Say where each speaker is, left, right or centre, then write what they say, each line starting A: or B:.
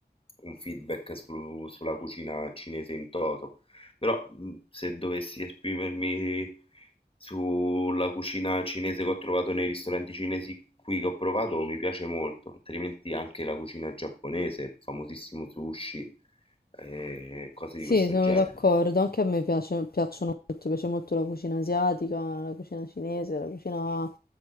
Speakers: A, on the left; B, on the left.
A: un feedback su- sulla cucina cinese in toto. Però, mhmm, se dovessi esprimermi sulla cucina cinese che ho trovato nei ristoranti cinesi qui che ho provato, mi piace molto, altrimenti anche la cucina giapponese, il famosissimo sushi, ehm, cose
B: Sì,
A: di questo
B: sono
A: genere.
B: d'accordo, anche a me piace- piacciono molto, piace molto la cucina asiatica, la cucina cinese, la cucina,